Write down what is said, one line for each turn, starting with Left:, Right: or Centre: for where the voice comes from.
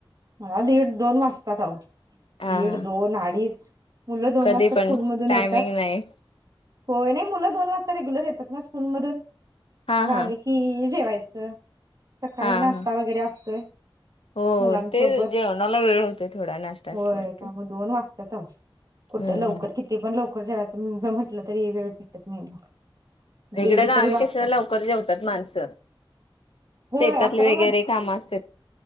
Right: मला दीड दोन वाजतात अहो.
Left: हा
Right: दीड
Left: हा
Right: दोन अडीच मुलं दोन
Left: कधी
Right: वाजता स्कूलमधून
Left: पण टायमिंग
Right: येतात...
Left: नाही
Right: होय नई मुलं दोन वाजता रेग्युलर येतात ना स्कूलमधून.
Left: हा
Right: मग
Left: हा
Right: आली की जेवायचं. <inaudible> सकाळी
Left: हा
Right: नाष्टा
Left: हा
Right: वगैरे अस <inaudible>
Left: हो
Right: मुलांसोबत
Left: ते जेवणाला वेळ होते थोडा नाश्ता
Right: होय
Left: असल्या
Right: त्यामुळं
Left: की
Right: दोन वाजत्यात आहो कुट
Left: हम्म
Right: लवकर किती पण लवकर पण जेवायचं म्हटलं तरी वेळ भेटत नाही मग दीड
Left: हिकडं गावी
Right: तरी वाजतात
Left: कसं लवकर जेवतात मानस
Right: होय
Left: शेतातली
Right: अकराला
Left: वगैरे काम असत...